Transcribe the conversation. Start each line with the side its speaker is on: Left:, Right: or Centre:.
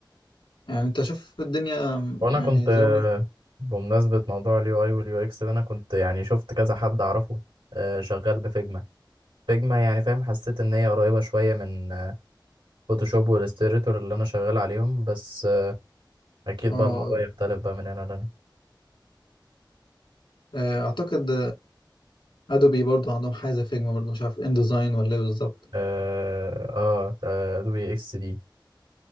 Left: يعني انت شوف الدنيا م،
Right: وانا
Left: يعني
Right: كنت آه،
Left: زي ما بقول-
Right: بمناسبه موضوع اليو اي واليو اكس ده انا كنت يعني شفت كذا حد اعرفه آه، شغال بفيجما فيجما يعني فاهم حسيت ان هي قريبه شويه من فوتوشوب والاستريتور اللي انا شغال عليهم بس آه، اكيد
Left: اه
Right: بقى الموضوع يختلف بقى من هنا لهنا
Left: آه، اعتقد ادوبي برضو عندهم حاجه زي فيجما برضو مش عارف ان ديزاين ولا ايه بالظبط
Right: اه اه آه، ادوبي اكس دي